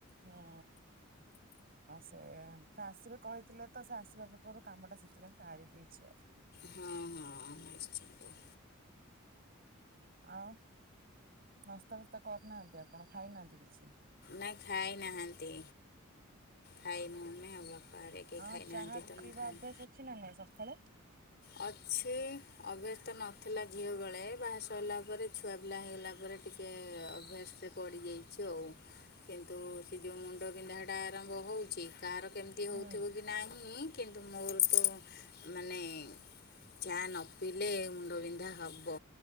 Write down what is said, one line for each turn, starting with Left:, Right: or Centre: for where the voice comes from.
Right: ହୁଁ। ହଁ ସେଇଆ ସେ ଆସିବେ କହିଥିଲେ ତ ସେ ଆସିବା ପୂର୍ବରୁ କାମଟା ସେଥିପାଇଁ ସାରି ଦେଇଛି ଆଉ।
Left: ହଁ ହଁ ନିଶ୍ଚିନ୍ତ।
Right: ଆଉ। ନାସ୍ତା ଫାସ୍ତା କରିନାହାଁନ୍ତି ଆପଣ ଖାଇନାହାଁନ୍ତି କିଛି।
Left: ନା ଖାଇ ନାହାଁନ୍ତି। ଖାଇନୁ ଆମେ ଆଉ ବାପା ହେରୀକା କିଏ
Right: ହଁ
Left: ଖାଇ
Right: ଚାହା
Left: ନାହାନ୍ତି ତ ଆମେ
Right: ପିଇବା
Left: ଖାଇନୁ।
Right: ଅଭ୍ୟାସ ଅଛି ନା ନାଇଁ ସକାଳେ?
Left: ଅଛି ଅଭ୍ୟସ୍ତ ନଥିଲା ଝିଅ ବେଳେ ବାହା ସରିଲା ପରେ ଛୁଆ ପିଲା ହେଇଗଲା ପ ରେ ଟିକେ ଅଭ୍ୟାସରେ ପଡ଼ିଯାଇଚୁ ଆଉ। କିନ୍ତୁ ସେ ଯୋଉ ମୁଣ୍ଡ ବିିନ୍ଧା ଟା ଆରମ୍ଭ ହଉଛି କାହାର। କେମିତି
Right: ହୁଁ
Left: ହଉଥିବ କି ନାହିଁ କିନ୍ତୁ ମୋର ତ ମାନେ।
Right: <inaudible>
Left: ଚା ନ ପିଇଲେ ମୁଣ୍ଡବିନ୍ଧା ହବ